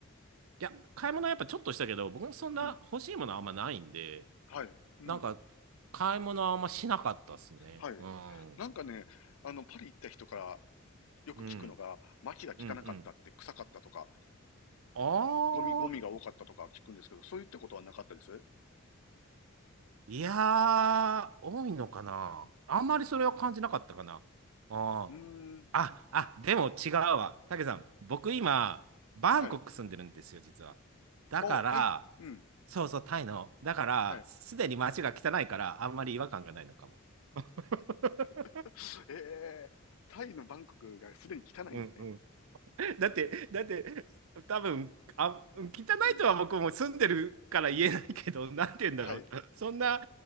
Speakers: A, on the right; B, on the left.
A: いや、買い物はやっぱちょっとしたけど、僕もそんな欲しいものあんまないんで、
B: うん。はい。うん。
A: なんか、買い物はあんましなかったっすね。
B: はい。
A: うん。
B: なんかね、あの、パリ行った人からよく聞くのが、
A: うん。
B: 街が汚かったって、
A: うん、うん。
B: 臭かったとか、
A: あ
B: ゴミ、ゴミが多かったとか聞くんですけど、
A: あ、
B: そういったことはなかったですう
A: いやー、多いのかな。あんまりそれは感じなかったかな。あ
B: ーん。
A: あ。あ、あ、でも違うわ。たけさん、僕今、バンコク住んでるんですよ、
B: はい。
A: 実は。だから、
B: ああ、タイ、うん。
A: そうそう、タイの。だから、
B: はい。
A: すでに街が汚いから、あんまり違和感がないのかも。<laughs>
B: <laughs> ええタイのバンコクがすでに汚いんですね。
A: うんうん。だって、だって、多分、あ、汚いとは僕も住んでるから言えないけど、なんて言うんだろう。
B: はい。
A: そんな、